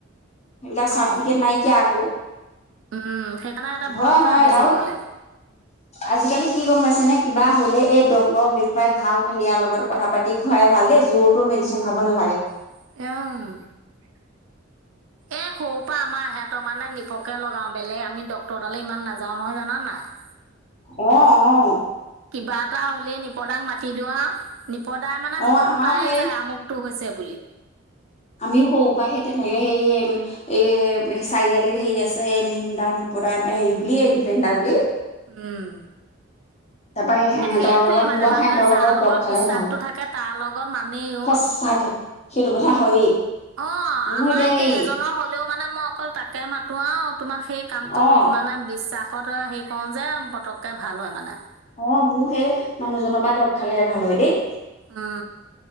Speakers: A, on the left (about 35°); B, on the right (about 75°).
A: সেইবিলাক চাৰ্টিফিকেট
B: অঁ
A: নাইকিয়া আকৌ,
B: উম, সেইকাৰণে সিহঁতে
A: হয়
B: ভয় কৰে
A: হয়
B: বেজি
A: আৰু
B: দিবলে।
A: আজিকালি কি গম পাইছে নে কিবা হ'লে এই ডক্টৰক দেখুৱাই ভালকৈ ইয়াৰ লগত কথা পাতি খোৱাই ভাল দেই যোৰতো মেডিচিন খাব নালাগে।
B: এওঁ। এ সৰু পৰা আমাৰ ইহতে মানে নিপকে লগাও। বেলেগ আমি ডক্তৰৰতালৈ ইমান নাযাও নহয় জানানে নাই।
A: অহ অহ।
B: কিবা এটা হলে নিপদাক মাতি দিওঁ আউ। পদায় মানে
A: অ
B: গম
A: আমাৰও
B: পায়ে
A: সেই
B: যায় আমুকটো হৈছে বুলি।
A: আমিও সৰু পৰা সে তেনেকে সেই এ চাৰিআলিৰ হেৰি আছে মিন্দান প হেৰি বুলেই দীপেনদনা বুলি
B: উম।
A: তাৰ পৰাা সেই
B: এ
A: সিহঁতৰ
B: সেইটোৱে
A: লগত
B: মানে
A: বৰ
B: মানুহে
A: সিহঁতৰ
B: যাৰ
A: লগত দ খালেহে
B: বিশ্বাসটো
A: ভাল।
B: থাকে তাৰ লগত মানেই অ'।
A: সচাকে সেইটো কথা হয়েই।
B: অ
A: মোৰ
B: আমাৰ এতিয়া
A: হেৰি
B: এজনৰ হলেও মানে মই অকল তাকে মাতো আৰু, তোমাৰ সেই কামটো
A: অ
B: ম মানে বিশ্বাসত হেৰি কৰো যে পতককে ভাল হয় মানে।
A: অ মোৰ সেই মানুহজনৰ পৰা দৰৱ খালেহে ভাল হয় দেই।
B: অ।